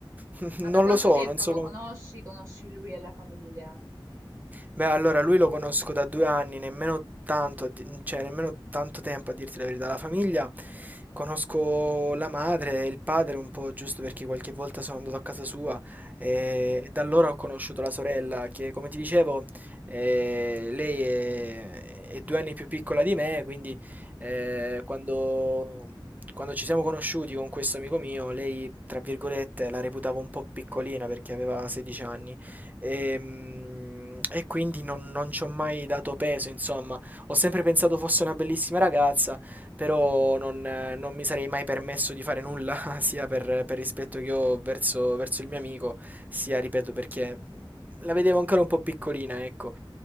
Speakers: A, on the right; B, on the right.
A: <laughs>
B: Ma
A: Non
B: da quanto
A: lo so,
B: tempo
A: non so
B: lo
A: come...
B: conosci? Conosci lui e la famiglia?
A: Beh, allora lui lo conosco da due anni, nemmeno tanto, a di- cioè nemmeno tanto tempo a dirti la verità. La famiglia, conosco la madre e il padre un po', giusto perché qualche volta sono andato a casa sua eh, e da allora ho conosciuto la sorella che, come ti dicevo, eh, lei è, è due anni più piccola di me, quindi eh, quando... Quando ci siamo conosciuti con questo amico mio, lei, tra virgolette, la reputavo un po' piccolina perché aveva 16 anni. Ehm, e quindi non, non ci ho mai dato peso, insomma. Ho sempre pensato fosse una bellissima ragazza, però non, eh, non mi sarei mai permesso di fare nulla, <laughs> sia per, per rispetto che ho verso, verso il mio amico, sia, ripeto, perché mm, la vedevo ancora un po' piccolina, ecco.